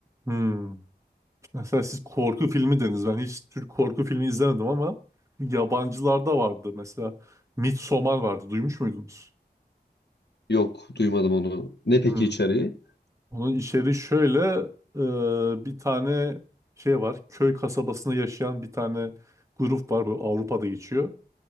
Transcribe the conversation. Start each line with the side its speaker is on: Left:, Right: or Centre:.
Right: hmm. Mesela siz korku filmi dediniz. Ben hiç Türk korku filmi izlemedim ama yabancılarda vardı. Mesela Midsommar vardı. Duymuş muydunuz?
Left: Yok, duymadım onu. Ne peki
Right: Hmm.
Left: içeriği?
Right: Onun içeriği şöyle e, bir tane şey var. Köy kasabasında yaşayan bir tane grup var. Böyle Avrupa'da geçiyor.